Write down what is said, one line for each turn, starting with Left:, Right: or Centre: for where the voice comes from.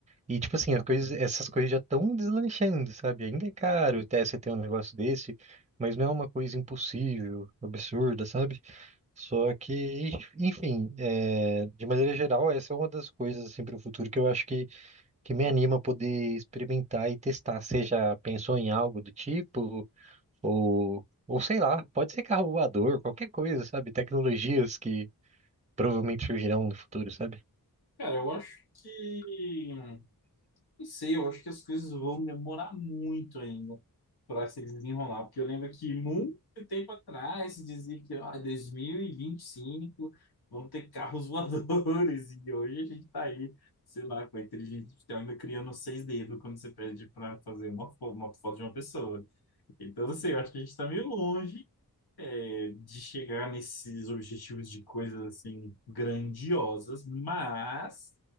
Right: E tipo assim, as coisas, essas coisas já estão deslanchando, sabe? Ainda é caro até você ter um negócio desse, mas não é uma coisa impossível, absurda, sabe? Só que, enfim, é, de maneira geral, essa é uma das coisas assim para o futuro que eu acho que que me anima a poder experimentar e testar. Você já pensou em algo do tipo? Ou, ou sei lá, pode ser carro voador, qualquer coisa, sabe? Tecnologias que provavelmente surgirão no futuro, sabe?
Left: Cara, eu acho que. Não sei, eu acho que as coisas vão demorar muito ainda para se desenrolar, porque eu lembro que muito tempo atrás se dizia que ah, dois mil e e vinte e cinco vão ter carros voadores, <laughs> e hoje a gente tá aí, sei lá, com a inteligência artificial ainda criando seis dedos quando você pede para fazer uma foto, uma foto de uma pessoa. Então, assim, eu acho que a gente tá meio longe é, de chegar nesses objetivos de coisas assim grandiosas, mas